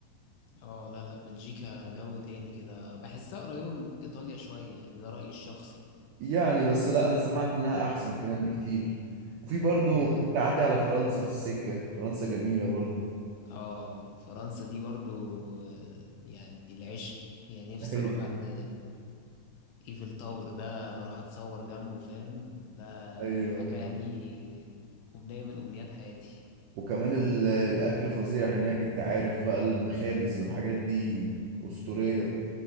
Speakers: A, on the left; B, on the right.
A: اه لا لا بلجيكا جو تاني كده بحسها قريبة من إيطاليا شوية يعني ده رأيي الشخصي
B: يعني بس لا انا سمعت انها احسن كمان بكتير وفي برضو
A: يا
B: كنت اعدي على فرنسا في السكة فرنسا جميلة برضو
A: اه فرنسا دي برضو آه، يعني العشق يعني نفسي
B: ايوه
A: اروح عند ايفل تاور ده اروح اتصور جنبه فاهم ده
B: ايوه
A: حاجة
B: أيوة.
A: يعني أمنية من أمنيات حياتي
B: وكمان ال- الاكل فظيع هناك انت عارف بقى المخابز والحاجات دي اسطورية